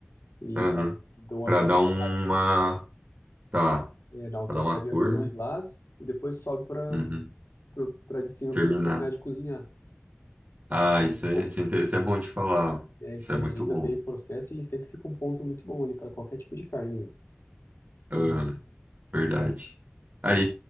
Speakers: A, on the left (about 75°); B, on the right (about 40°).
A: e
B: uhum.
A: gra- dou
B: Para
A: aquela
B: dar
A: tostadinha,
B: uma. Tá,
A: é, dá uma
B: para
A: tostadinha
B: dar uma cor,
A: dos dois
B: né?
A: lados, e depois sobe para
B: Uhum,
A: para de cima
B: terminar.
A: para ele terminar de cozinhar.
B: Ah,
A: Isso é
B: isso
A: muito
B: é,
A: bom.
B: isso é inte- isso é bom de falar.
A: É,
B: Isso
A: isso
B: é
A: agiliza
B: muito bom.
A: bem o processo e sempre fica um ponto muito bom ali para qualquer tipo de carne.
B: Uhum, verdade. Aí,